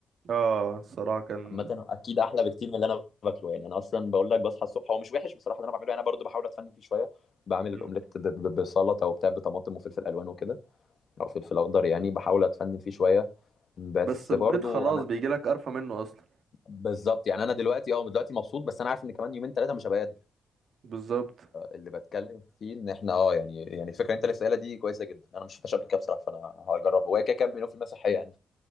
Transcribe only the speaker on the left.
عامة اكيد احلى بكتير من اللي انا باكله يعني انا اصلا بقول لك بصحى الصبح هو مش وحش بصراحه اللي انا بعمله يعني انا برضو بحاول اتفنن فيه شويه بعمل
الاومليت ب- ب- بسلطه وبتاع بطماطم وفلفل الوان وكده او فلفل اخضر يعني بحاول اتفنن فيه شويه بس
برضو
انا
بالظبط يعني انا دلوقتي اه دلوقتي مبسوط بس انا عارف ان كمان يومين ثلاثه مش هبقى قادر
اللي بتكلم فيه ان احنا اه يعني يعني الفكره اللي انت لسه قايلها دي كويسه جدا انا ما شفتهاش قبل كده بصراحه فانا هجربها هو كده كده مليون في المية صحيه يعني